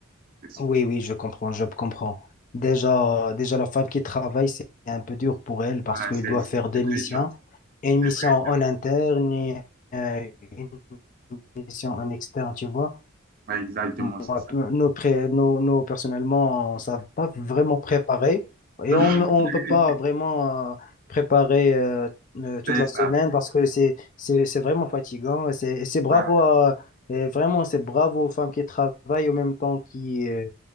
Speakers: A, on the right; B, on the left.
A: C'est c'est-
B: Oui, oui, je comprends, je comprends. Déjà, déjà, la femme qui travaille, c'est un peu dur pour elle parce
A: ouais,
B: qu'elle
A: c'est-
B: doit
A: c'est-
B: faire deux
A: c'est très
B: missions.
A: dur,
B: Une mission
A: c'est très
B: en
A: dur.
B: interne et euh, une mission en externe, tu vois.
A: Ouais, exactement,
B: Moi,
A: c'est ça.
B: nous, pré- nous, nous, personnellement, on ne savait pas vraiment préparer et
A: <laughs>
B: on ne peut pas vraiment euh, préparer euh, euh, toute
A: C'est
B: la semaine
A: ça.
B: parce que c'est, c'est, c'est vraiment fatigant. Et C'est, et c'est bravo
A: Ouais.
B: à- et vraiment, c'est bravo aux femmes qui travaillent en même temps qui euh,